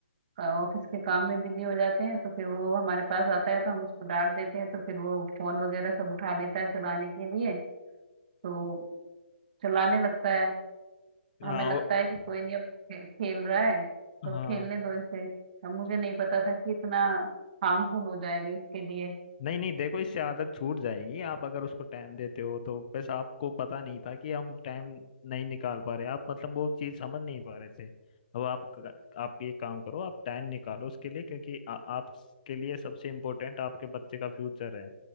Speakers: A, on the right (about 45°); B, on the left (about 40°).
A: ऑफिस के काम में बिजी हो जाते हैं तो फिर वो हमारे पास आता है तो हम उसको डांट देते हैं तो फिर वो फोन वगैरह सब उठा लेता है चलाने के लिए तो चलाने लगता है
B: हाँ
A: हमें लगता
B: वो-
A: है कि कोई नहीं अब वो खे, खेल रहा है तो
B: हाँ
A: खेलने दो इसे अब मुझे नहीं पता था कि इतना हार्मफुल हो जाएगा इसके लिए
B: नहीं नहीं देखो इससे आदत छूट जाएगी आप अगर उसको टाइम देते हो तो बस आपको पता नहीं था कि हम टाइम नहीं निकाल पा रहे आप मतलब वो चीज़ समझ नहीं पा रहे थे अब आप आप ये काम करो आप टाइम निकालो उसके लिए क्योंकि आ, आपके लिए सबसे इम्पोर्टेंट आपके बच्चे का फ्यूचर है